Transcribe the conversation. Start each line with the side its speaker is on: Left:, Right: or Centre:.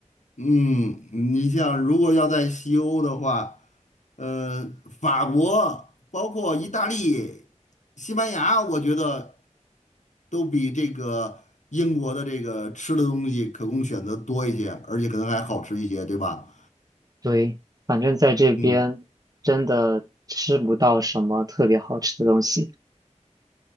Left: 嗯，你像如果要在西欧的话，呃，法国包括意大利、西班牙，我觉得都比这个英国的这个吃的东西可供选择多一些，而且可能还好吃一些，对吧？
Right: 对，反正在这边真的吃不到什么特别好吃的东西。
Left: 嗯，